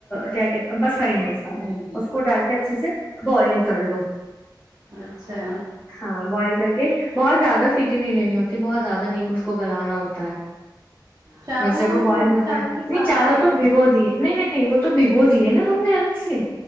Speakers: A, on the left; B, on the right.
A: کیا کہ بس ہری مرچ اس کو ڈال کے اچھے سے بوائل کر لو
B: اچھا
A: ہاں بوائل کر کے زیادہ سیٹی نہیں لینی ہوتی بہت زیادہ نہی اس کو گلانا ہوتا ہے
B: چاولوں
A: بس جب وہ بوائل
B: کو
A: ہو
B: چاول
A: جائے
B: کے ساتھ
A: نہیں چاول
B: ڈالتے
A: تو
B: ہیں نا
A: بھگو
B: اس کو
A: دیے نہیں نہیں نہیں وہ تو تو بھگو دیے نا ہم نے الگ سے